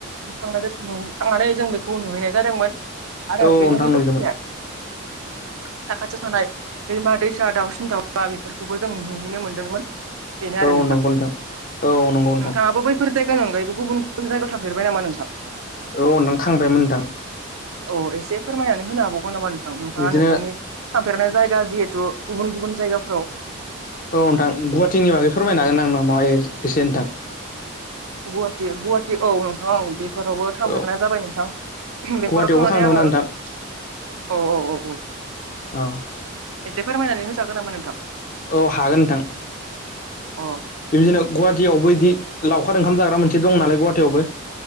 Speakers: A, on the right; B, on the left.
A: थांनानै जों बेखौ नुहैनाय जादोंमोन आरो
B: औ
A: बेजों
B: औ नोंथां
A: लोगोसे
B: नुदोंमोन <inaudible>
A: साखाथियाव थानाय दैमा दैसा दाउसिन दाउबा बेफोरखौबो जों नुहैनो मोनदोंमोन। बेनो आरो
B: औ
A: नोंथां
B: नंगौ औ नंगौ नोंथां
A: नोंथाङाबो बैफोर जायगानि अनगायैबो गुबुन गुबुन जायगायाव थांफेरबाय नामा नोंसा
B: औ नों थांबायमोनदां।
A: औ एसे फोरमायनानै होनो हाबावगोन नामा नोंथां नोंथाङा
B: बिदिनो
A: नोंथांनि थांफेरनाय जायगा। दा जिहेथु गुबुन गुबुन जायगाफ्राव
B: औ नोंथां गुवाहाटीनि बागै फोरमायनो हागोन ना माबा एसे नोंथां।
A: गुवाहाटिया गुवाहाटि औ नोंथां। फोरावबो थांदेरनाय
B: औ
A: जाबाय नोंथां बेफोराव
B: गुवाहाटियावबो
A: थांनानै
B: थांदोंमोन
A: आङो
B: आं नोंथां
A: औ औ औ औ
B: औ
A: एसे फोरमायनानै होजागोन नामा नोंथां
B: औ हागोन नोंथां
A: अ
B: बिदिनो गुवाहाटियावबो बिदि लावखार ओंखाम जाग्रा मोनसे दं नालाय गुवाहाटियावबो।